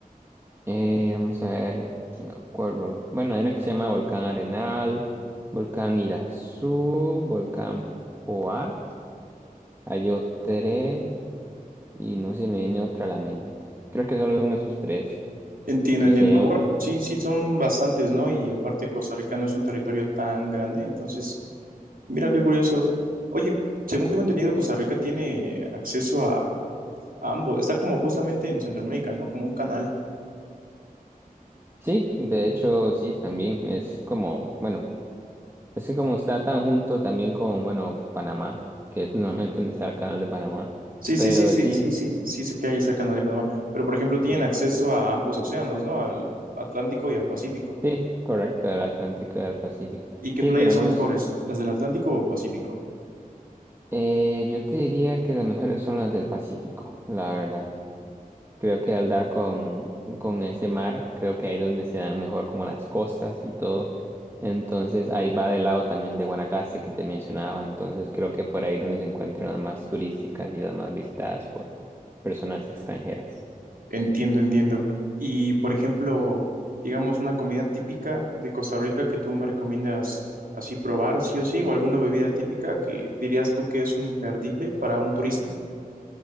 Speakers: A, on the right; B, on the right.
A: Eh, vamos a ver si me acuerdo. Bueno, hay uno que se llama Volcán Arenal, Volcán Irazú, Volcán Poás. Hay tres y no se me viene otra a la mente. Creo que solo son esos tres.
B: Entiendo,
A: Y
B: entiendo.
A: si hay otro.
B: Ahora, sí, sí, son bastantes, ¿no? Y aparte, Costa Rica no es un territorio tan grande, entonces, mira qué curioso. Oye, según tengo entendido, Costa Rica tiene acceso a, a ambos. Está como justamente en Centroamérica, ¿no? Como un canal.
A: Sí, de hecho, sí, también es como, bueno, es que como está tan junto también con, bueno, Panamá, que es <laughs> normalmente donde está el canal de Panamá.
B: Sí, sí,
A: Pero
B: sí, sí,
A: sí,
B: sí, sí, sí, sé que ahí está el canal de Panamá. Pero, por ejemplo, tienen
A: Ajá.
B: acceso a ambos océanos, ¿no? Al Atlántico y al Pacífico.
A: sí, correcto, el Atlántico y el Pacífico.
B: ¿Y qué
A: Sí,
B: playas
A: tenemos.
B: son mejores, las del Atlántico o Pacífico?
A: Eh, yo te diría que las mejores son las del Pacífico, la verdad. Creo que al dar con, con ese mar, creo que ahí es donde se dan mejor como las costas y todo. Entonces ahí va del lado también de Guanacaste que te mencionaba. Entonces creo que por ahí es donde se encuentran las más turísticas y las más visitadas por personas extranjeras.
B: Entiendo, entiendo. Y por ejemplo, digamos una comida típica de Costa Rica que tú me recomiendas así probar, sí o sí, o alguna bebida típica que dirías tú que es un imperdible para un turista.